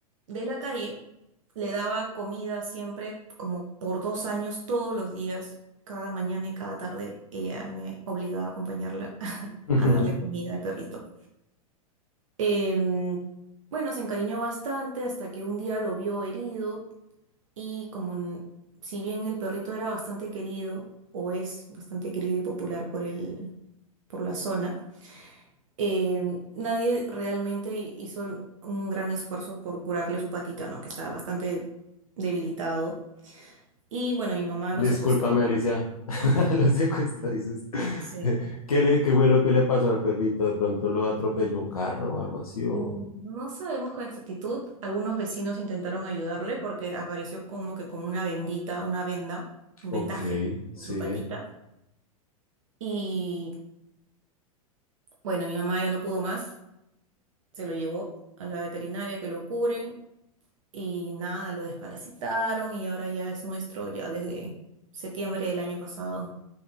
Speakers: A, on the right; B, on the left.
A: de la calle le daba comida siempre, como por dos años, todos los días, cada mañana y cada tarde, ella me obligaba a acompañarla <laughs>
B: <laughs>
A: a darle comida al perrito. Em, bueno, se encariñó bastante hasta que un día lo vio herido y como n- si bien el perrito era bastante querido, o es bastante querido y popular por el, por la zona, eh, nadie realmente hizo un gran esfuerzo por curarle su patita, ¿no? Que estaba bastante debilitado. Y bueno, mi mamá
B: Discúlpame,
A: lo secuestró.
B: Alicia. <laughs> Lo secuestro, dices. <laughs>
A: Sí.
B: ¿Qué le, qué fue lo que le pasó al perrito? ¿De pronto lo atropelló un carro o algo así? O...
A: Mm, No sabemos con exactitud. Algunos vecinos intentaron ayudarle porque apareció como que con una vendita, una venda, un
B: Ok,
A: vendaje
B: sí.
A: en su patita. Y bueno, mi mamá ya no pudo más. Se lo llevó a la veterinaria que lo curen. Y nada, lo desparasitaron y ahora ya es nuestro, ya desde septiembre del año pasado.